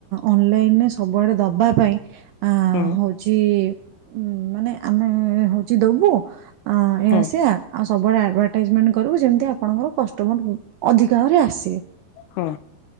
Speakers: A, on the right (about 80°); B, on the left (about 80°).
A: ଅନଲାଇନରେ ସବୁଆଡେ। ପାଇଁ ଆ
B: ହୁଁ ହୁଁ
A: ହଉଛି ଉ ମାନେ ଆମେ ହଉଛି ଦବୁ ଏ
B: ହୁଁ।
A: ଆସ ଆଉ ସବୁ ଆଡଭଟାଇଜମେଣ୍ଟ କରିବୁ ଯେମିତି ଆପଣଙ୍କର କଷ୍ଟମର ଅଧିକା ଭାବରେ ଆସିବେ।
B: ହୁଁ